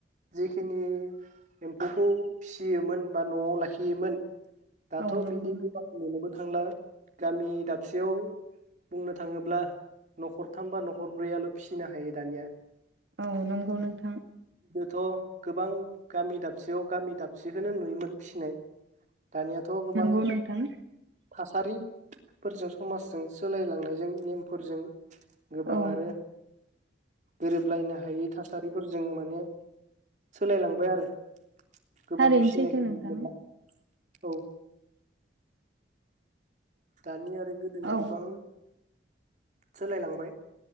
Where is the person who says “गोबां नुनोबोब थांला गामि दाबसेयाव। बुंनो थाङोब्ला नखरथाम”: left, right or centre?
Right